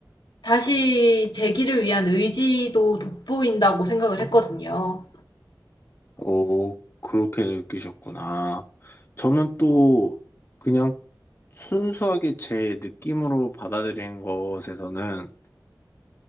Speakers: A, on the left; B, on the left.
A: 다시 재기를 위한 의지도 돋보인다고 생각을 했거든요.
B: 오, 그렇게 느끼셨구나. 저는 또 그냥 순수하게 제 느낌으로 받아들인 것에서는